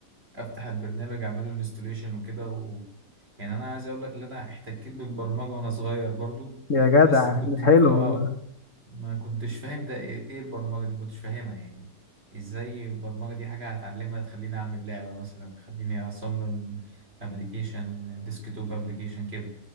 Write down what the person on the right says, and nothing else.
أفتح البرنامج أعمله انستوليشن وكده يعني انا عايز اقول لك ان انا احتكيت بالبرمجه وانا صغير برضو
بس ما كنت
اه
ما كنتش فاهم ده ايه إيه البرمجه دي ما كنتش فاهمها يعني ازاي البرمجه دي حاجه هتعلمها تخليني اعمل لعبه مثلا تخليني اصمم ابلكيشن ديسكتوب ابلكيشن كده